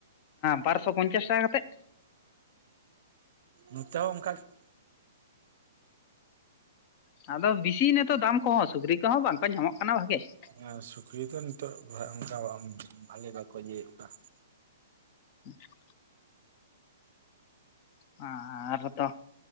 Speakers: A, on the left (about 30°); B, on the right (about 50°).
A: ᱵᱟᱨᱥᱚ ᱯᱚᱧᱪᱟᱥ ᱴᱟᱠᱟ ᱠᱟᱛᱮᱫ ᱾
B: ᱱᱚᱛᱮ ᱦᱚᱸ ᱚᱱᱠᱟ ᱜᱮ ᱾
A: ᱦᱮᱸ ᱟᱫᱚ ᱵᱤᱥᱤ ᱱᱤᱛᱚᱜ ᱫᱟᱢ ᱠᱚᱦᱚᱸ ᱥᱩᱠᱨᱤ ᱠᱚᱦᱚᱸ ᱵᱟᱝᱠᱚ ᱧᱟᱢᱚᱜ ᱠᱟᱱᱟ ᱵᱷᱟᱹᱜᱤ ᱾
B: ᱦᱮᱸ ᱥᱩᱠᱨᱤ ᱫᱚ ᱱᱤᱛᱚᱜ ᱚᱱᱠᱟ ᱵᱷᱟᱞᱮ ᱵᱟᱠᱚ ᱤᱭᱟᱹ ᱮᱫ ᱠᱚᱣᱟ ᱾
A: <inaudible> ᱦᱮᱸ ᱟᱨ ᱦᱚᱸ ᱛᱚ ᱾